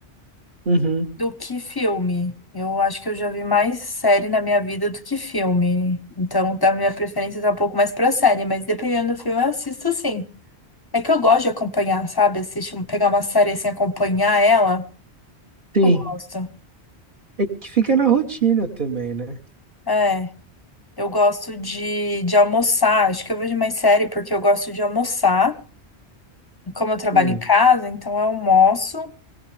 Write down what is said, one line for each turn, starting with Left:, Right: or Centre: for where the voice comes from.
Right: Uhum.
Left: Do que filme? Eu acho que eu já vi mais série na minha vida do que filme. Então, tá, minha preferência tá um pouco mais pra série, mas dependendo do filme, eu assisto sim. É que eu gosto de acompanhar, sabe? Assistir, um, pegar uma série assim, acompanhar ela.
Right: Sim.
Left: Eu gosto.
Right: É que fica na rotina também, né?
Left: É, eu gosto de, de almoçar. Acho que eu vejo mais série porque eu gosto de almoçar. Como eu trabalho
Right: Hum.
Left: em casa, então eu almoço.